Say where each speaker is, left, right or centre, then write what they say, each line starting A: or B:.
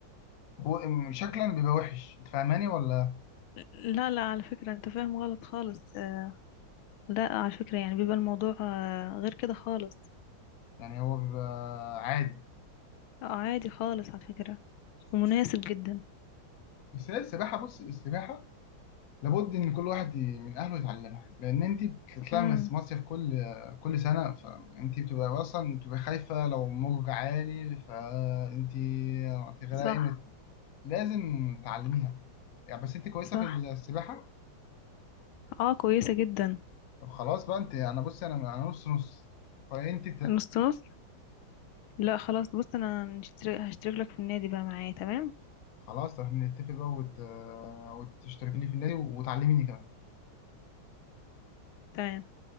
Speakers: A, on the left; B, on the left.
A: هو م- شكلا بيبقى وحش انت فاهماني ولا
B: لا لا على فكرة انت فاهم غلط خالص آه، لا على فكرة يعني بيبقى الموضوع آه، غير كده خالص
A: يعني هو بيبقى عادي
B: آه، عادي خالص على فكرة ومناسب جدا
A: بس هي السباحه بص السباحه لابد ان كل واحد ي- من اهله يتعلمها لان انت بتطلعي
B: امم
A: من المصيف كل كل سنه فانت بتبقى اصلا بتبقى خايفه لو موج عالي فانت هتغرقي
B: صح
A: مت- لازم تعلميها يعني بس انت كويسه
B: صح
A: في السباحه
B: اه كويسة جدا
A: طب خلاص بقى انت انا بص انا انا نص نص فانت
B: نص نص لا خلاص بص انا هنشترك- هشترك لك في النادي بقى معايا تمام
A: خلاص احنا نتفق بقى وت... وتشترك لي في النادي وتعلميني كمان
B: تمام